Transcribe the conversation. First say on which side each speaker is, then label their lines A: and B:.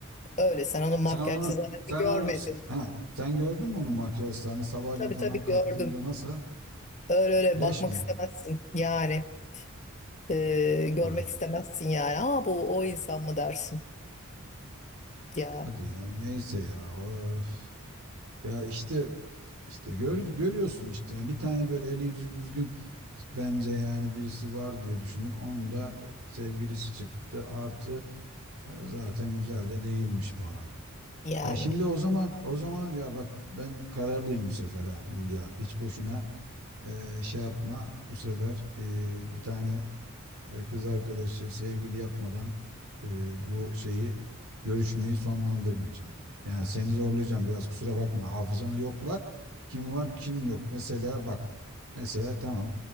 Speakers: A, on the left; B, on the right.
A: Öyle sen onun makyajsız
B: Sen onu
A: halini
B: sen
A: görmedin.
B: onu he, sen gördün mü onun makyajlarını sabahleyin
A: Tabii
B: falan
A: tabii
B: kalktığında
A: gördüm.
B: nasıl?
A: Öyle öyle
B: Leş
A: bakmak
B: mi?
A: istemezsin. Yani e, görmek
B: Ay,
A: istemezsin yani. Aa bu o insan mı dersin? Ya
B: hadi ya neyse ya of. Ya işte işte gör, görüyorsun işte yani bir tane böyle eli yüzü düzgün bence yani birisi var diye düşündük. Onun da sevgilisi çıktı artı e, zaten güzel de değilmiş falan.
A: yani
B: Ya şimdi o zaman o zaman ya bak ben kararlıyım bu sefer ha İlya. Hiç boşuna e, şey yapma bu sefer e, bir tane e, kız arkadaşı sevgili yapmadan e, bu şeyi görüşmeyi sonlandırmayacağım. Yani seni zorlayacağım biraz kusura bakma hafızanı yokla kim var kim yok. Mesela bak mesela tamam